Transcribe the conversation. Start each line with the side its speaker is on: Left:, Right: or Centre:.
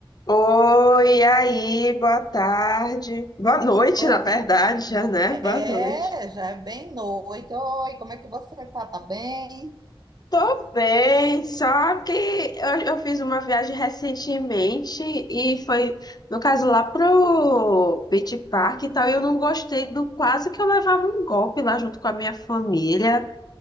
Left: Oi, e aí, boa tarde. Boa noite,
Right: Ou
Left: na verdade, já, né?
Right: é,
Left: Boa noite.
Right: já é bem noite. Oi, como é que você tá? Tá bem?
Left: Tô bem, só que eu, eu fiz uma viagem recentemente e foi, no caso, lá pro Beach Park e tal, e eu não gostei do quase que eu levava um golpe lá junto com a minha família.